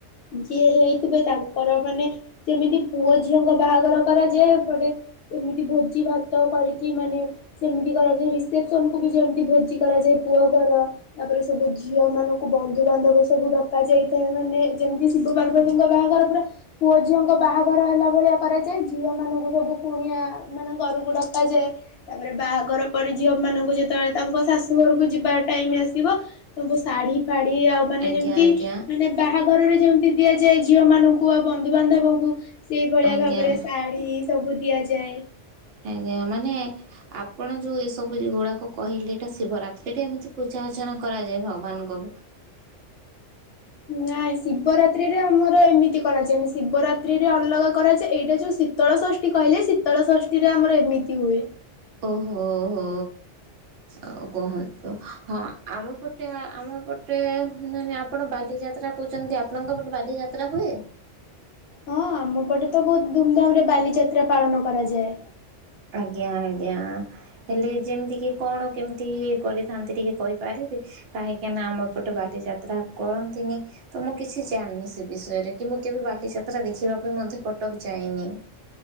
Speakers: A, on the left (about 65°); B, on the right (about 75°).
A: ଯିଏ ହେଇଥିବେ ତାଙ୍କର ମାନେ ଯେମିତି ପୁଅ ଝିଅଙ୍କ ବାହାଘର କରାଯାଏ, ଏପଟେ ସେମିତି ଭୋଜି ଭାତ କରିକି ମାନେ ସେମିତି କରାଯାଏ, ରିସେପସନ୍ କୁୁ ବି ଯେମିତି ଭୋଜି କରାଯାଏ ପୁଅ ଘର ତାପରେ ସବୁ ଯ ଝିଅ ମାନଙ୍କୁ ବନ୍ଧୁ ବାନ୍ଧବ ସବୁ ଡକା ଯାଇଥାଏ, ମାନେ ଯେମିତି ଶିବ ପାର୍ବତୀଙ୍କ ବାହାଘର ପୁରା ପୁଅ ଝିଅଙ୍କ ବାହାଘର ହେଲା ଭଳିଆ କରାଯାଏ, ଝିଅ ମାନଙ୍କୁ ସବୁ କୁଣିଆ ମାନେ ଘରକୁ ଡକା ଯାଏ, ତାପରେ ବାହାଘର ପରେ ଝିଅ ମାନଙ୍କୁ ଯେତେବେଳେ ତାଙ୍କ ଶାଶୁ ଘରକୁ ଯିବା ଟାଇମ୍ ଆସିବ ତୁମ୍ବୁ ଶାଢୀ ଫା ଢି ଆଉ ମାନେ
B: ଆଜ୍ଞା
A: ଯେମତି
B: ଆଜ୍ଞା
A: ମାନେ ବାହା ଘରରେ ଯେମିତି ଦିଆଯାଏ ଝିଅ ମାନଙ୍କୁ ଆଉ ବନ୍ଧୁ ବାନ୍ଧବଙ୍କୁ ସେଇ ଭଳିଆ
B: ଆଜ୍ଞା
A: ଭାବରେ ଶାଢୀ ସବୁ ଦିଆଯାଏ।
B: ଆଜ୍ଞା, ମାନେ ଆପଣ ଯୋଉ ଏ ସବୁ ଯୋ ଗୁଡାକ କହିଲେ ଏଟା ଶିବରାତ୍ରିରେ ଏମିତି ପୂଜା ଅର୍ଚ୍ଚନା କରାଯାଏ ଭଗବାନଙ୍କ
A: ନାଇଁ ଶିବରାତ୍ରିରେ ଆମର ଏମିତି କରାଯାଏନି, ଶିବରାତ୍ରିରେ ଅଲଗା କରାଯାଏ, ଏଇଟା ଯୋଉ ଶୀତଳ ଷଷ୍ଠୀ କହିଲେ ଶୀତଳ ଷଷ୍ଠୀ ରେ ଆମର ଏମିତି ହୁଏ।
B: ଓ ହୋ ହୋ ଆଉ କୁହନ୍ତୁ ହଁ ଆମ ପଟେ ଆମ ପଟେ ମାନେ ଆପଣ ବାଲିଯାତ୍ରା କହୁଚନ୍ତି, ଆପଣଙ୍କ ପଟେ ବାଲିଯାତ୍ରା ହୁଏ?
A: ହଁ ଆମ ପଟେ ତ ବହୁତ ଧୁମଧାମ୍ ରେ ବାଲିଯାତ୍ରା ପାଳନ କରାଯାଏ।
B: ଆଜ୍ଞା ଆଜ୍ଞା ହେଲେ ଯେମିତି କି କଣ କେମିତି କରିଥାନ୍ତି ଟିକେ କହିପାରିବେ? କାହିଁକି ନା ଆମ ଏପଟେ ବାଲିଯାତ୍ରା କରନ୍ତିନି, ତ ମୁଁ କିଛି ଜାଣିନି ସେ ବିଷୟରେ କି ମୁଁ କେବେ ବାଲିଯାତ୍ରା ଦେଖିବା ପାଇଁ ମଧ୍ୟ କଟକ ଯାଇନି।